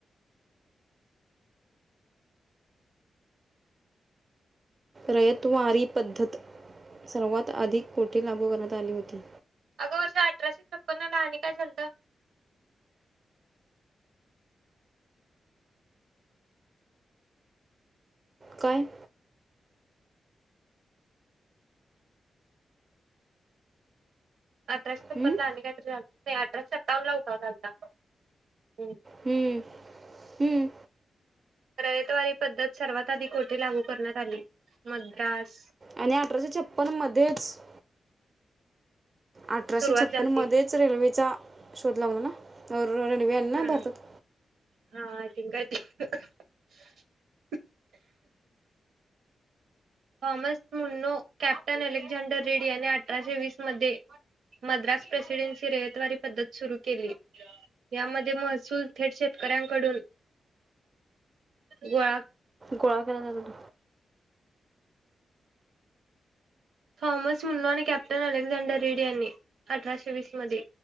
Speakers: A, on the right (about 40°); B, on the right (about 80°).
A: रयतवारी पद्धत सर्वात अधिक कोटी लागू करत चाली होती
B: अगं वर्षा अठराशे छप्पनला आनी काय झालतं?
A: काय?
B: अठराशे छप्पन्नला
A: हं?
B: आणि काही तरी झालत अठराशे सत्तावन्नला उठाव झालता. हम्म
A: हं. हम्म.
B: रयतवारी पद्धत सर्वात आधी कोठे लागू करण्यात आली? मद्रास.
A: आणि अठराशे छप्पन्न मध्येच अठराशे
B: सुरुवात
A: छप्पन्न
B: झालती
A: मदेच रेल्वेचा शोध लावला ना? <unintelligible> रेल्वे आली ना
B: हम्म
A: भारतात?
B: हा थिंक काय ते Thomas Munro captain Alexander Read यांनी अठराशे वीस मध्ये मद्रास प्रेसिडेन्सी रयतवारी पद्धत सुरू केली. यामध्ये महसूल थेट शेतकऱ्यांकडून गोळा
A: गोळा केला जात होत.
B: थॉमस मुन्नो आणि कॅप्टन अलेक्झांडर रेडी यांनी अठराशे वीस मध्ये